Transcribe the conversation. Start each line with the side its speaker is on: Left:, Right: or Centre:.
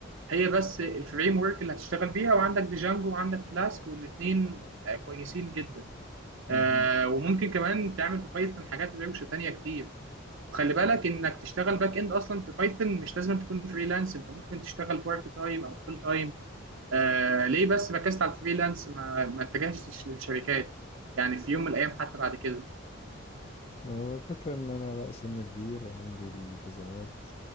Right: هي بس الفريم ورك اللي هتشتغل بيها وعندك ديجانجو وعندك فلاسك والاثنين كويسين جدا
Left: مهم.
Right: آه، وممكن كمان تعمل في بايثون حاجات روشه تانية كتير وخلي بالك انك تشتغل باك اند اصلا ببايثون مش لازم تكون فريلانس انت ممكن تشتغل بارت تايم او فول تايم آه ليه بس ركزت على الفريلانس ما ما اتجهتش للشركات يعني في يوم من الايام حتى بعد كده
Left: هو الفكرة ان انا بقى سن كبير وعندي الالتزامات